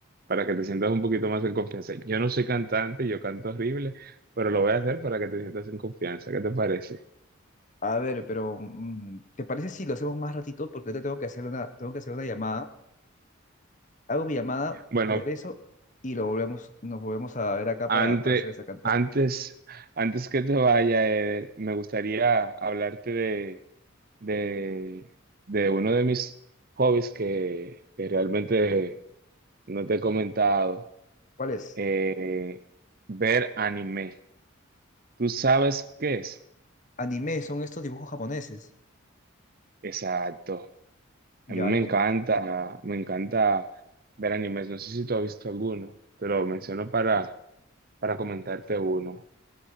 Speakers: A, on the right; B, on the left.
A: Para que te sientas un poquito más en confianza. Yo no soy cantante, yo canto horrible, pero lo voy a hacer para que te sientas en confianza. ¿Qué te parece?
B: A ver, pero mm, ¿te parece si lo hacemos más ratito? Porque ahorita tengo que hacer una, tengo que hacer una llamada. Hago mi llamada,
A: Bueno,
B: regreso y lo volvemos, nos volvemos a ver acá
A: Antes,
B: para, para hacer esa cantada.
A: antes, antes que te vaya, Eder, me gustaría hablarte de, de, de uno de mis hobbies que, que realmente no te he comentado,
B: ¿Cuál es?
A: eh, ver anime. ¿Tú sabes qué es?
B: Anime, son estos dibujos japoneses.
A: Exacto.
B: Ya,
A: A mí me
B: ahí
A: encanta, me encanta ver animes. No sé si tú has visto alguno. Te lo menciono para, para comentarte uno.